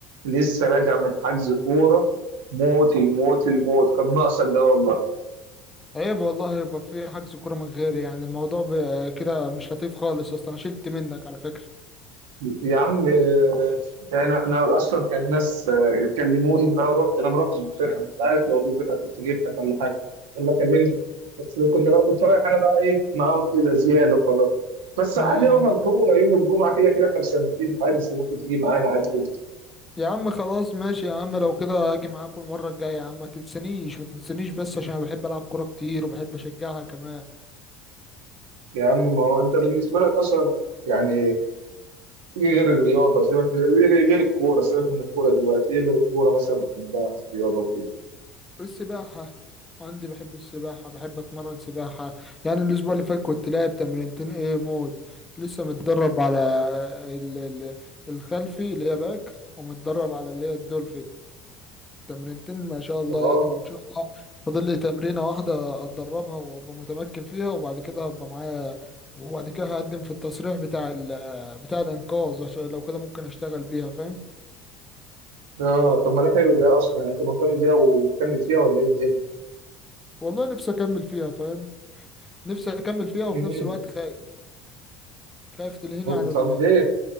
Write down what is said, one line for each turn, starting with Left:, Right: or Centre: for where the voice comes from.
Right: لسه راجع من حجز كورة موت الموت الموت كان ناقصك ده والله
Left: عيب والله يبقى في حجز كورة من غيري يعني الموضوع ب- كده مش لطيف خالص يا اسطى انا شلت منك على فكرة
Right: يا عم آه، يعني احنا اصلا كان ناس آه، كلموني ان انا رحت انا ما رحتش بفرقه انت عارف لو في فرقه كنت جبتك ولا حاجه ولا كلمت بس كنا بقى كنت رايح انا بقى ايه معاهم كده زياده وخلاص بس عادي
Left: امم
Right: يوم القوه يوم الجمعه كده كده احنا مثبتين حاجه بس ممكن تيجي معانا عادي جدا
Left: يا عم خلاص ماشي يا عم لو كده هاجي معاكم المرة الجاية يا عم ما تنسانيش ما تنسانيش بس عشان انا بحب العب كورة كتير وبحب اشجعها كمان
Right: يا عم ما هو انت بالنسبه لك اصلا يعني إيه غير الرياضة سيبك من إيه غير الكورة سيبك من الكورة دلوقتي إيه غير الكورة مثلا بتحبها في الرياضة وكده
Left: السباحة عندي بحب السباحة بحب اتمرن سباحة يعني الاسبوع اللي فات كنت لاعب تمرينتين ايه موت لسه متدرب على ال- ال- الخلفي اللي هي باك ومتدرب على اللي هي الدولفين تمرينتين ما شاء الله
Right: أه
Left: يعني وان شاء الله فاضل لي تمرينه واحده اتدربها وابقى متمكن فيها وبعد كده هبقى معايا وبعد كده هقدم في التصريح بتاع ال بتاع الانقاذ عشان لو كده ممكن اشتغل بيها فاهم
Right: أه طب ما ده حلو ده أصلا يعني أنت مهتم بيها ومكمل فيها ولا إيه الدنيا؟
Left: والله نفسي اكمل فيها فاهم نفسي اكمل فيها
Right: مم.
Left: وفي نفس الوقت خايف خايف تلهيني عن
Right: طب
Left: ال...
Right: ليه؟